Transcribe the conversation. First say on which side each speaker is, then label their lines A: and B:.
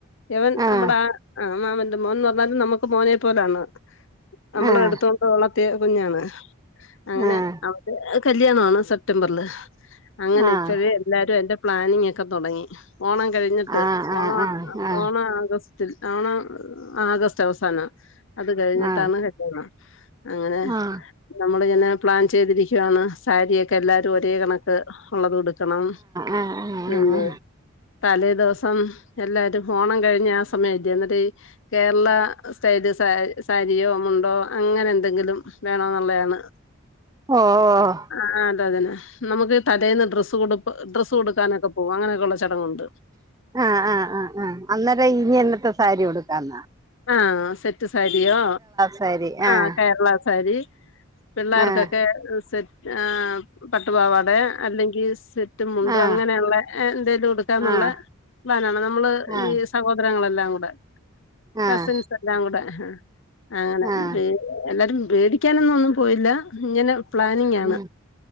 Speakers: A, on the left (about 60°); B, on the right (about 15°).
A: ഇവൻ
B: ആഹ്
A: നമ്മടെ ആ ആ മാമന്റെ മോൻ ന്ന് പറഞ്ഞാലും നമുക്ക് മോനെ പോലാണ് നമ്മളെടുത്തോ
B: ആഹ്
A: ണ്ട് വളർത്തിയാ കുഞ്ഞാണ് അങ്ങനെ
B: ആഹ്
A: അവന്റെ കല്യാണവാണ് സെപ്റ്റംബറില് അങ്ങനെ
B: ആഹ്
A: ഇപ്പഴേ എല്ലാരും അതിന്റെ പ്ലാനിങ്ങൊക്കെ തൊടങ്ങി ഓണം കഴിഞ്ഞിട്ട്
B: ആഹ്
A: ഓണാ
B: ആഹ് ആഹ് ആഹ്
A: ഓണം ആഗസ്റ്റിൽ ഓണം ആഗസ്റ്റ് അവസാനാ അത് കഴിഞ്ഞിട്ടാണ്
B: ആഹ്
A: കല്യാണം അങ്ങനെ
B: ആഹ് ആഹ് ആഹ്
A: നമ്മളിങ്ങനെ പ്ലാൻ ചെയ്തിരിക്കുവാണ് സാരിയൊക്കെ എല്ലാരും ഒരേ കണക്ക് ഒള്ളത് ഉടുക്ക ണം
B: ആഹ് ആഹ്
A: പിന്നെ
B: ആഹ്
A: തലേദിവസം സം എല്ലാരും ഓണം കഴിഞ്ഞ ആ സമയല്ലയോ ഇന്നിട്ട് കേരള സ്റ്റൈല് സാ സാരിയോ മുണ്ടോ അങ്ങനെന്തെങ്കിലും വേണോന്നുള്ളേയാണ്
B: ഓഹ്
A: ആ അതെ അതന്നെ നമുക്കീ തലേന്ന് ഡ്രസ്സ് കൊടുപ്പ് ഡ്രസ് കൊടുക്കാനൊക്കെ പോകും അങ്ങനൊക്ക ഒള്ള ചടങ്ങുണ്ട്
B: ആഹ് ആഹ് ആഹ് ആഹ് അന്നേരം ഇനി എന്നത്തെ സാരിയുട്ക്കാന്നാ
A: ആ സെറ്റ് സാരിയോ,
B: സാരി
A: ആ
B: ആഹ്
A: കേരള സാരി പിള്ളേർക്കൊക്കെ
B: ആഹ്
A: സെറ്റ് ആ പട്ടുപാവാടെയോ അല്ലെങ്കി സെറ്റും മുണ്ടും
B: ആഹ്
A: അങ്ങനെയുള്ള എന്തേലും ഉടുക്കാന്നുള്ള
B: ആഹ്
A: പ്ലാനാണ് നമ്മള്
B: ആഹ്
A: ഈ സഹോദരങ്ങളെല്ലാം കൂടെ
B: ആഹ്
A: കസിൻസെല്ലാം കൂടെ അങ്ങനെ
B: ആഹ്
A: ബേ എല്ലാരും വേടിക്കാനൊന്നൊന്നും പോയില്ല ഇങ്ങനെ പ്ലാനിങ്ങാണ്
B: ഉം